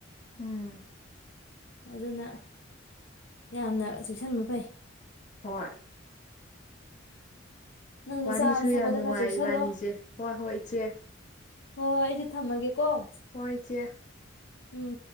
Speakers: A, on the left (about 40°); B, on the left (about 65°).
A: ꯎꯝ
B: ꯑꯗꯨꯅ ꯌꯥꯝꯅ ꯆꯦꯛꯁꯤꯟꯕ ꯐꯩ
A: ꯍꯣꯏ
B: ꯅꯪꯁꯨ
A: ꯋꯥꯔꯤꯁꯨ
B: ꯆꯥꯕ ꯊꯛꯄꯗ
A: ꯌꯥꯝ ꯅꯨꯡꯉꯥꯏ
B: ꯈꯔ ꯆꯦꯛꯁꯤꯜꯂꯣ
A: ꯏꯕꯥꯅꯤꯁꯦ ꯍꯣꯏ ꯍꯣꯏ ꯏꯆꯦ
B: ꯍꯣ ꯑꯩꯁꯨ ꯊꯝꯃꯒꯦ ꯀ‌ꯣ
A: ꯍꯣꯏ ꯏꯆꯦ
B: ꯎꯝ